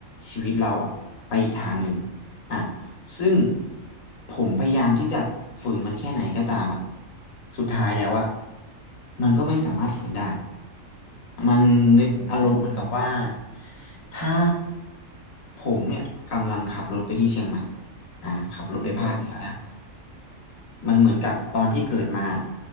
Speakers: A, on the left; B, on the right.
A: ชีวิตเราอะไปอีกทางหนึ่ง อ่ะซึ่ง
B: อืม
A: ผมพยายามที่จะฝืนมันแค่ไหนก็ตามอ่ะสุดท้ายแล้วอ่ะมันก็ไม่สามารถฝืนได้ มันนึกอารมณ์เหมือนกับว่า
B: อืม
A: ถ้าผมเนี่ยกำลังขับรถไปที่เชียงใหม่อ่าขับรถไปภาคเหนือนะ
B: อือฮึ
A: มันเหมือนกับตอนที่เกิดมา